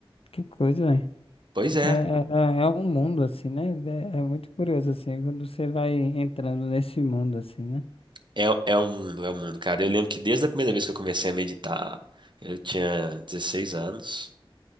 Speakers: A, on the left (about 80°); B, on the right (about 55°).
A: Que coisa, hein?
B: Pois é,
A: É, é, é é um mundo assim, né? É, é muito curioso assim, quando você vai entrando nesse mundo assim, né?
B: é, é um mundo, é um mundo, cara. Eu lembro que desde a primeira vez que eu comecei a meditar, eu tinha 16 anos.